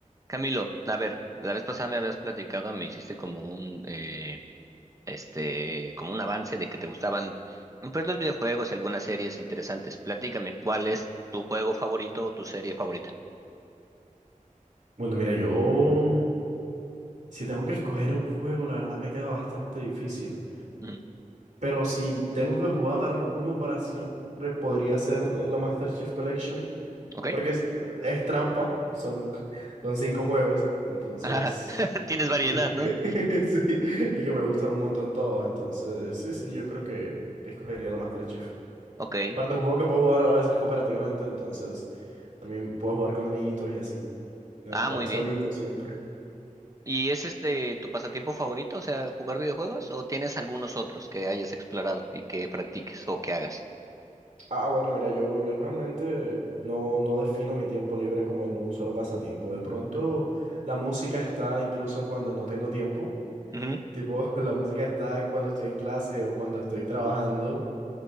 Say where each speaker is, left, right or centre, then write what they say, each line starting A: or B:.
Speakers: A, on the right; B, on the right.
A: Camilo, a ver, la vez pasada me habías platicado, me hiciste como un, eh, este, como un avance de que te gustaban, pues, los videojuegos y algunas series interesantes. Platícame, ¿cuál es tu juego favorito o tu serie favorita?
B: Bueno, mira, yo si tengo que escoger un juego, la verdad me queda bastante difícil.
A: Ujú,
B: Pero si tengo que jugar uno para siempre, podría ser la Master Chief Collection,
A: ¿Ok?
B: porque es, es trampa, son, <laughs> son cinco juegos, entonces...
A: <laughs> Tienes variedad,
B: <laughs> sí,
A: ¿no?
B: y que me gustan un montón todos, entonces sí, sí, yo creo que, que escogería la Master Chief.
A: Ok.
B: Aparte, es un juego que puedo jugar a veces cooperativamente, entonces también puedo jugar con amiguitos y así, no
A: Ah,
B: jugar
A: muy
B: solito
A: bien.
B: siempre.
A: ¿Y es este tu pasatiempo favorito, o sea, jugar videojuegos, o tienes algunos otros que hayas explorado y que practiques o que hagas?
B: Ah, bueno, mira, yo, yo realmente no, no defino mi tiempo libre como en un solo pasatiempo. De pronto, la música está incluso cuando no tengo tiempo.
A: Ujú,
B: Tipo, <laughs> la música está cuando estoy en clase o cuando estoy trabajando.